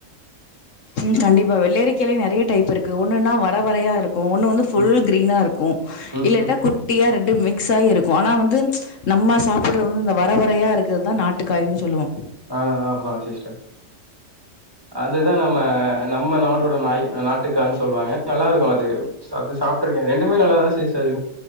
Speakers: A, on the left; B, on the right.
A: ம் கண்டிப்பா வெள்ளரிக்காய்லே நெறைய டைப் இருக்கு ஒன்னுனா வர வரையா இருக்கு ஒன்னு வந்து ஃபுல்
B: ம்,
A: கிரீனா இருக்கு
B: ம்,
A: இல்லாட்டா
B: ம்.
A: குட்டியா ரெண்டு மிக்ஸ் ஆயிருக்கு ஆனா வந்து நம்ம சாப்புடுறது வந்து இந்த வரவரையா இருக்குறதா நாட்டுக்காயின்னு சொல்லுவோ
B: ஆ ஆமா சிஸ்டர் அதுதா நம்ம நம்ம நாட்டோட நாய் அ நாட்டு கான் சொல்லுவாங்க நல்லா இருக்கு அது சா அது சாப்புட்டுருக்கே ரெண்டுமே நல்லாதா சிஸ்டர்